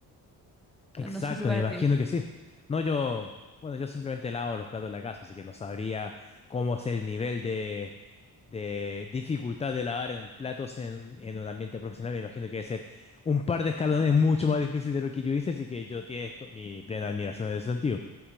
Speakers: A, on the left (about 20°); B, in the centre.
A: Exacto,
B: No no sé si para
A: me imagino
B: ti.
A: que sí. No, yo, bueno, yo simplemente lavo los platos de la casa, así que no sabría cómo es el nivel de, de dificultad de lavar en platos en, en un ambiente profesional. Me imagino que debe ser un par de escalones mucho más difícil de lo que yo hice, así que yo tiene esto- mi plena admiración en ese sentido.